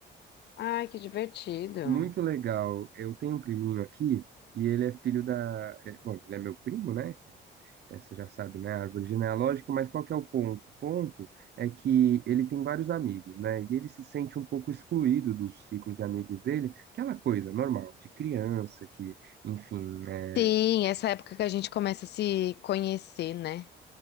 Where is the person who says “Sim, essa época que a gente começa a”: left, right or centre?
Left